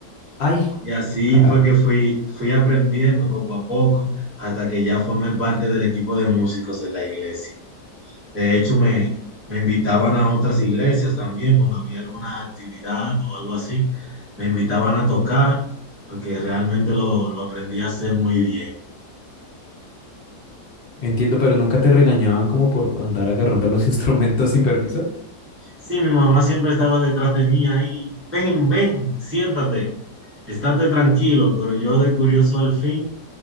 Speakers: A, on the left (about 65°); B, on the right (about 20°).
A: Ay,
B: Y así
A: carajo.
B: fue que fui, fui aprendiendo poco a poco hasta que ya formé parte del equipo de músicos de la iglesia. De hecho, me, me invitaban a otras iglesias también cuando había alguna actividad o algo así. Me invitaban a tocar porque realmente lo, lo aprendí a hacer muy bien.
A: Entiendo, pero nunca te regañaban como por andar agarrando los <laughs> instrumentos sin permiso.
B: Sí, mi mamá siempre estaba detrás de mí ahí. Ven, ven, siéntate, estate tranquilo. Pero yo de curioso al fin